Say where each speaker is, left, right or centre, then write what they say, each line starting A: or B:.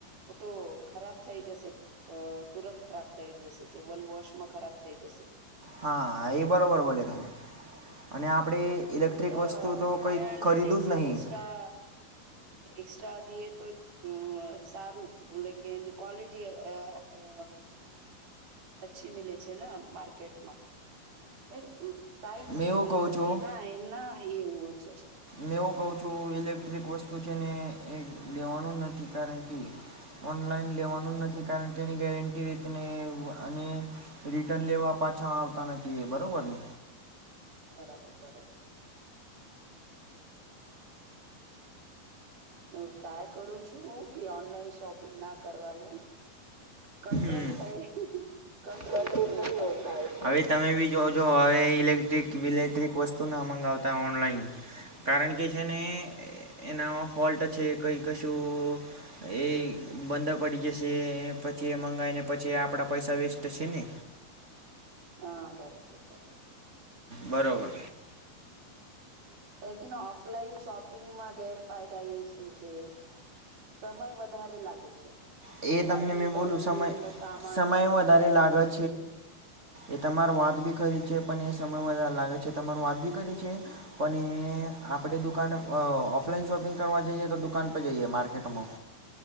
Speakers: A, on the right; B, on the right.
A: તો ખરાબ થઈ જશે અ તુરંત ખરાબ થઈ જશે જે વન વોશમાં ખરાબ થઈ જશે.
B: હા એ બરોબર બોલ્યા તમે. અને આપણે ઇલેક્ટ્રિક
A: અ
B: વસ્તુ તો
A: ફાઈવ
B: કંઈ
A: હન્ડ્રેડ
B: ખરીદું
A: એક
B: જ નહીં
A: એક્સ્ટ્રા એક્સ્ટ્રા દીએ તો સારું લેકીન અ ક્વોલિટી અ અચ્છી મીલે છે ને માર કેટમા એ એમ ટાઈમ
B: મેં એવું કહું
A: નથી
B: છું
A: ના એમના એવું છે.
B: મેં એવું કઉ છું ઇલેક્ટ્રિક વસ્તુ છે ને એ લેવાનું નથી કારણ કે ઓનલાઈન લેવાનું નથી કારણ કે એની ગેરંટી અને રિટર્ન લેવા પા પાછા આવતા નથી બરોબર ને?
A: બરાબર બરાબર છે. હું ટ્રાય કરું છું હું કે ઓનલાઈન શોપિંગ ના કરવાનું. કંટ્રોલ
B: હમ
A: થાય કંટ્રોલ
B: હમ
A: નહીં હોતા હે ના ઈસીલીએ
B: હવે તમે બી જોજો હવે ઇલેક્ટ્રિક વિલેક્ટ્રિક વસ્તુ ના મંગાવતા ઓનલાઈન. કારણ કે છે ને
A: હા બરાબર
B: એનો ફોલ્ટ છે કંઈ કશું એ બંધ પડી જશે. પછી એ મંગાવીને પછી આપડા પૈસા વેસ્ટ શે ને.
A: હા બરાબર બરાબર.
B: બરાબર.
A: લેકીન ઓફલાઈન શોપિંગમાં ગેરફાયદા એ શું છે? સમય વધારે લાગે છે.
B: એ
A: ટ્રાફિક
B: તમને મેં બોલું
A: અને
B: સમય
A: ભીડનો સામાનો
B: સમય વધારે
A: કરવાનું
B: લાગે
A: પડે છે.
B: એ તમારો વાત બી ખરી છે પણ સમય વધાર લાગે છે તમારી વાત બી ખરી છે પણ એ આપણી દુકાને એ અ ઓફ લાઈન શોપિંગ કરવા જઈએ તો દુકાન પર જઈએ માર્કેટમાં.